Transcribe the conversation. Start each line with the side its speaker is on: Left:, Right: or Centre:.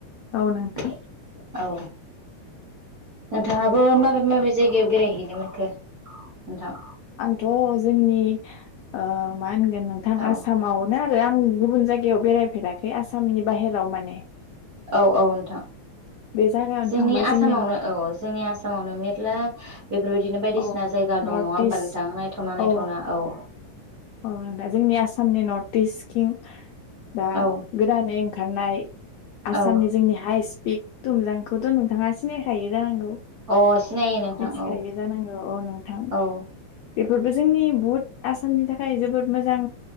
Left: औ नोंथां
Right: । औ नोंथाङाबो माबे माबे जायगायाव बेरायहैनो मोनखो नोंथां?
Left: आंथ जोंनि ओ मा होनगोन नोंथां
Right: औ
Left: आसामावनो आरो आं गुबुन जायगायाव बेरायफेराखै आसामनि बाहेराव माने
Right: औ औ नोंथां
Left: बे जायगायावनो
Right: जोंनि
Left: थांबाय
Right: आसामावनो
Left: नर्थ
Right: औ जोंनि आसामावनो मेरला बेफोरबायदिनो बायदिसिना
Left: औ
Right: जायगा
Left: नर्थ
Right: दं नङा होमबा
Left: इस्ट
Right: नोंथां नायथावना नायथावना
Left: औ
Right: औ
Left: औ नंदा जोंनि आसामनि नर्थ इस्ट किं दा
Right: औ
Left: गोदानै ओंखारनाय आसामनि
Right: औ
Left: जोंनि हाइ स्पिक दुमजांखौथ' नोंथाङा सिनायखायो जानांगौ
Right: अ सिनायो नोंथां
Left: मिथिखायो
Right: औ
Left: जानांगौ औ नोंथां
Right: औ
Left: बेफोरबो जोंनि बहुत आसामनि थाखाय जोबोद मोजां